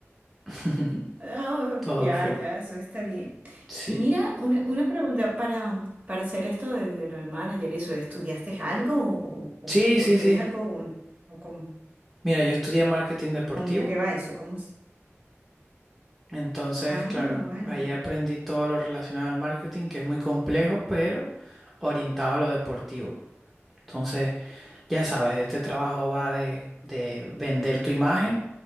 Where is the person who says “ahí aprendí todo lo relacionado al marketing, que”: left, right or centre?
Centre